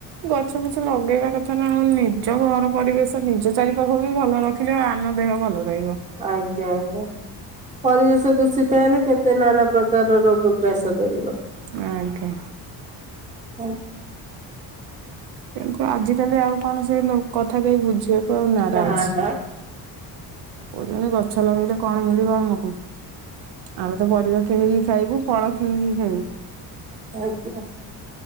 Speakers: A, on the right (about 80°); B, on the right (about 20°).
A: ଗଛ ଫଛ ଲଗେଇବା କଥା ନା ଆଉ ନିଜ ଘର ପରିବେଶ ନିଜ ଚାରିପଖ ବି ଭଲ ରଖିଲେ ଆଉ ଆନ ଦେହ ଭଲ ରହିବ
B: ଆଜ୍ଞା ଆଜ୍ଞା ପରିବେଶ ଦୂଷିତ ହେଲେ କେତେ ନାନା ପ୍ରକାରର ରୋଗ ଗ୍ରାସ କରିବ
A: ଆ ଆଞା
B: ହଉ
A: କିନ୍ତୁ ଆଜିିକାଲି ଆଉ କଣ ସେ କଥା କେହି ବୁଝୁ ସେ ପାଉ ନାରାଜ
B: ନା ନା
A: କହୁଛନ୍ତି ଗଛ ଲଗେଇଲେ କଣ ମିଳିବ ଆମକୁ ଆମେ ତ ପରିବା କିଣିକି ଖାଇବୁ ଫଳ କିଣିକି ଖାଇବୁ
B: ଆଉ କି